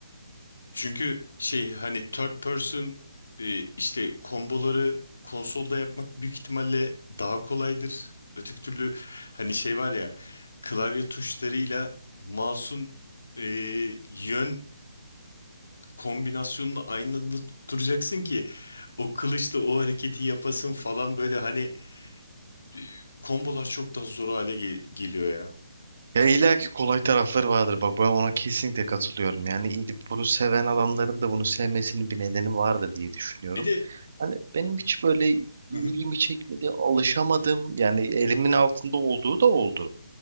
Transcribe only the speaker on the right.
Ya illa ki kolay tarafları vardır bak ben ona kesinlikle katılıyorum. Yani gidip bunu seven adamların da bunu sevmesinin bir nedeni vardır diye düşünüyorum.
Hani benim hiç böyle ilgimi
çekmedi, alışamadım. Yani elimin altında olduğu da oldu.